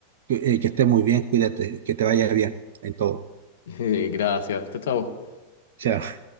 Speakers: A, on the right (about 50°); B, on the left (about 55°).
A: que eh, que estés muy bien, cuídate, que te vaya bien en todo.
B: <laughs> Gracias, hasta chao, chao.
A: Chao.